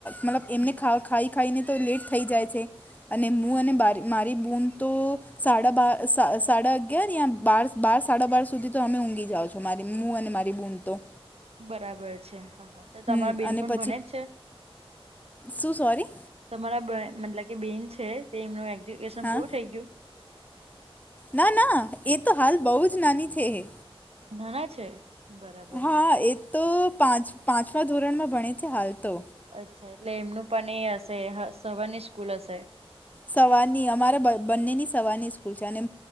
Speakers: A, on the left (about 15°); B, on the right (about 80°).
A: મતલબ એમને ખાઈ ખાઈને તો લેટ થઈ જાય છે. અને મું અને મારી બૂન તો સાડા બા સાડા અગયાર યા બાર બાર સાડા બાર સુધી તો અમે ઊંઘી જાઓ છો મારી મું અને મારી બૂન તો.
B: બરાબર છે હા હા તો તમારા
A: હમ
B: બેન
A: અને
B: પણ
A: પછી
B: ભને જ છે?
A: શું સોરી
B: તમારા મતલ કે બેન છે તે એમનું એક્જ્યુકેશન
A: હા
B: પૂરું થઈ ગ્યું?
A: ના ના એ તો હાલ બઉ જ નાની છે હે.
B: નાના છે? બરાબર.
A: હા એ તો પાંચ પાંચમા ધોરણમાં ભણે છે હાલ તો.
B: અચ્છા એટલે એમનું પણ એ હશે હ સવરની સ્કૂલ હશે?
A: સવારની અમારા બંનેની સવારની સ્કૂલ છે અને